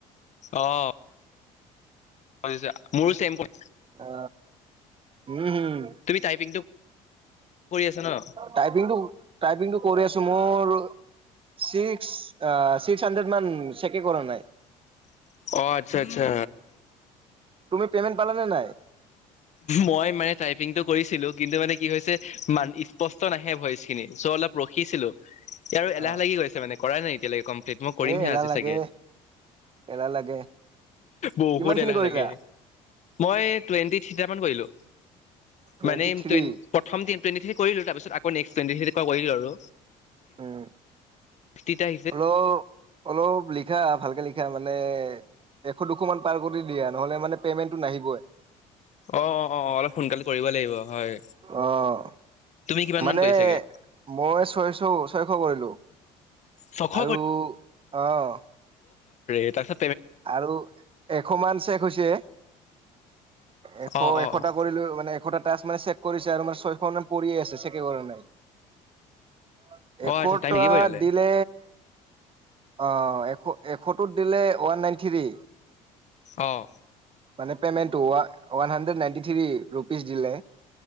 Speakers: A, on the left (about 50°); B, on the right (about 35°).
A: আহ ছ মোৰ চেম্প।
B: অ উম হম
A: তুমি টাইপিংটো কৰি আছে ন।
B: টাইপিংটো টাইপিংটো কৰি আছো মোৰ। ছিক্স আহ ছিক্স হানড্ৰেড মান চেকে কৰা নাই?
A: অ আচ্ছা আচ্ছা
B: তুমি পেমেণ্ট পালা নে নাই?
A: মই মানে টাইপিংটো কৰিছিলো কিন্তু মানে কি হৈছে ম স্পষ্ট নাহে ভইচ খিনি চ' অলপ ৰখিছিলো? ই আৰু এলাহ
B: অ'
A: লাগি গৈছে মানে। কৰাই নাই এতিয়ালৈকে কম। মই কৰিমহে
B: এ এলাহ
A: আজি
B: লাগে
A: চাগে
B: এলাহ লাগে
A: বহুত
B: কিমান খিনি
A: এলাহ
B: কৰিলা?
A: লাগে মই টুৱেণ্টি। চিটামান কলো।
B: টুৱেণ্টি
A: মানে
B: থ্ৰী
A: প্ৰথম দিন। টুৱেটি থ্ৰী কৰিলো তাৰপিত আকৌ নেক্সট টাইম কৰিলো আৰু।
B: উম
A: ফিফটিটা আহিছে
B: হ্ল' অলপ লিখা ভালকে লিখা মানে এশ দুশ মান পাৰ কৰি দিয়া নহলে মানে পেমেন্টটো নাহিবই?
A: অ অ অ অ অলপ সোনকালে। কৰিব লাগিব? হয়
B: আহ
A: তুমি কিমান
B: মানে
A: মান কৰিছাগে
B: মই ছয়শ ছয়শ কৰিলো
A: ছশ
B: আৰু আহ।
A: এটা
B: আৰু এশ মান চেক হৈছে? এশ
A: অ
B: এশটা
A: অ অ
B: কৰিলো মানে। এশটা মানে চেক কৰিছে আৰু মানে ছয়খন মানে পৰিয়ে আছে চেকে কৰে নাই।
A: অ
B: এশতা
A: আচ্ছা টাইম লাগিব তেতিয়াহ'লে
B: দিলে অ এশ এশতোত দিলে ওৱান নাইনটি থ্ৰী।
A: অ
B: মানে পেমেণ্টো one hundred ninety three rupees দিলে।